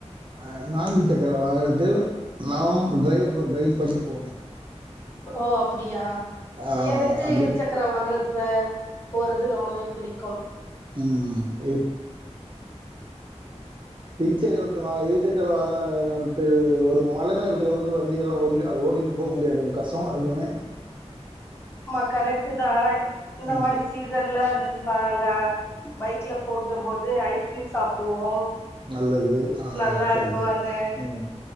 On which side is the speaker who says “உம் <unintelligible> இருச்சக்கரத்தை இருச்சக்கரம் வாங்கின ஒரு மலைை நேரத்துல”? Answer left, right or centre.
Right